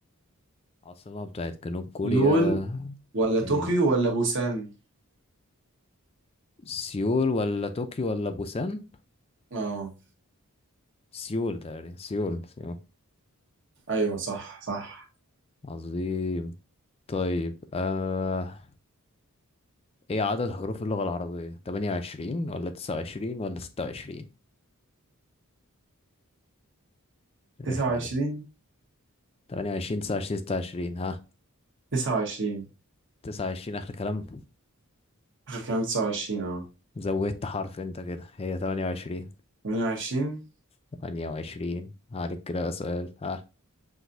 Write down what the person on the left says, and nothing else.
عاصمة بتاعت جنوب كوريا
مم.
سيول ولا طوكيو ولا بوسان
سيول تقريبا سيول سيول
عظيم طيب آه... ايه عدد حروف اللغة العربية 28 ولا 29 ولا 26 الرخمة
دي تمانية وعشرين تسعة وعشرين ستة وعشرين ها
تسعة وعشرين آخر كلام
زودت حرف أنت كده هي تمانية وعشرين
تمانية وعشرين عليك كده بقى سؤال ها